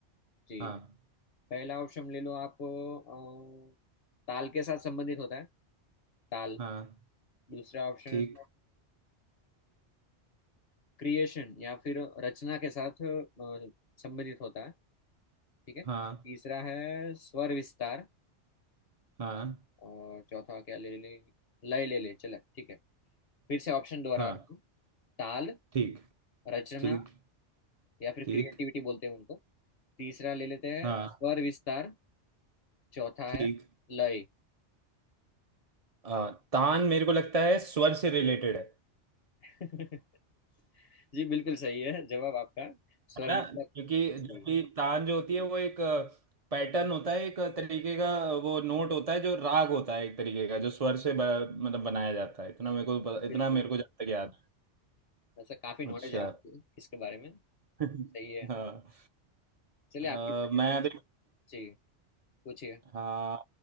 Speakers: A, on the left (about 55°); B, on the right (about 40°).
A: जी
B: हाँ
A: पहला ऑप्शन ले लो आप अ, ताल के साथ संबंधित होता है ताल
B: हाँ
A: दूसरा ऑप्शन
B: ठीक
A: क्रिएशन या फिर रचना के साथ अ, संबंधित होता है ठीक है
B: हाँ
A: तीसरा है स्वर विस्तार
B: हाँ
A: और चौथा क्या ले ले लय ले ले चला ठीक है फिर से ऑप्शन दोहरा
B: हाँ
A: रहा हूँ ताल
B: ठीक
A: रचना
B: ठीक
A: या फिर
B: ठीक
A: क्रिएटिविटी बोलते हैं उनको तीसरा ले लेते हैं
B: हाँ
A: स्वर विस्तार चौथा
B: ठीक
A: है लय
B: आ, तान मेरे को लगता है स्वर से रिलेटेड है
A: <laughs> जी बिल्कुल सही है जवाब आपका स्वर
B: है ना
A: विस्तार
B: क्योंकि जबकि
A: जी,
B: तान जो होती है वो एक पैटर्न होता है एक तरीके का वो नोट होता है जो राग होता है एक तरीके का जो स्वर से ब, मतलब बनाया जाता है इतना मेरे को
A: बिल्कुल
B: इतना मेरे को जहाँ तक याद
A: ऐसा काफी नॉलेज
B: है अच्छा
A: है आपको इसके बारे में
B: <laughs>
A: सही है चलिए
B: हाँ
A: आपकी बारी
B: आ, मैं
A: है।
B: अभी
A: जी पूछिए
B: हाँ